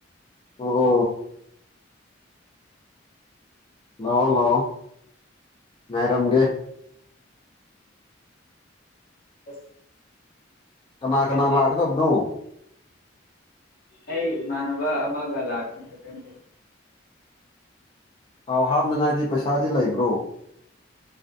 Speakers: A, on the left; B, on the left.
A: ꯑꯣ ꯑꯣ ꯂꯥꯛꯑꯣ ꯂꯥꯛꯑꯣ ꯉꯥꯏꯔꯝꯒꯦ
B: ꯑꯁ
A: ꯀꯅꯥ
B: ꯍꯣꯔꯦꯟꯗꯤ
A: ꯀꯅꯥ ꯂꯥꯛꯀꯗꯕꯅꯣ
B: ꯑꯩ ꯏꯃꯥꯟꯅꯕ ꯑꯃꯒ ꯂꯥꯛꯀꯅꯤ <unintelligible>
A: ꯊꯥꯎ ꯍꯥꯞꯅꯤꯉꯥꯏꯗꯤ ꯄꯩꯁꯥꯗꯤ ꯂꯩꯕ꯭ꯔꯣ